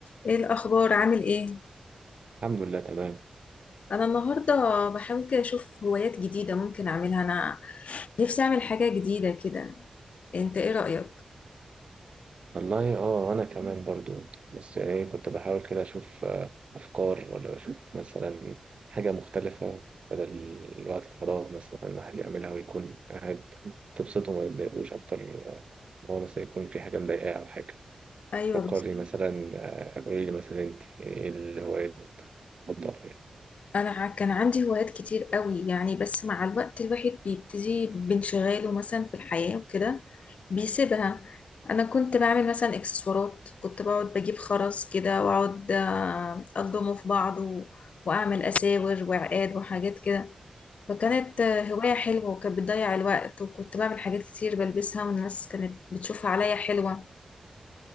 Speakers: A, on the left; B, on the right.
A: ايه الاخبار عامل ايه
B: الحمد لله تمام
A: انا النهارده بحاول كده اشوف هوايات جديده ممكن اعملها انا نفسي اعمل حاجه جديده كده انت ايه رايك
B: والله اه انا كمان برضو بس يعني كنت بحاول كده اشوف آه، افكار ولا اشوف مثلا حاجه مختلفه بدل الوقت الفراغ مثلا الواحد يعملها ويكون قاعد تبسطه وما يتضايقوش اكتر آه، هو مثلا يكون في حاجه مضايقاه او حاجه
A: ايوه
B: فكرني
A: بس
B: مثلا آه، قولي لي مثلا انت ايه الهوايات المفضله يعني
A: انا ع- كان عندي هوايات كتير قوي يعني بس مع الوقت الواحد بيبتدي بانشغاله مثلا في الحياه وكده بيسيبها انا كنت بعمل مثلا اكسسوارات كنت بقعد بجيب خرز كده واقعد آه، الضمه في بعض و- واعمل اساور وعقاد وحاجات كده فكانت هواية حلوة وكانت بتضيع الوقت وكنت بعمل حاجات كتير بلبسها والناس كانت بتشوفها عليا حلوة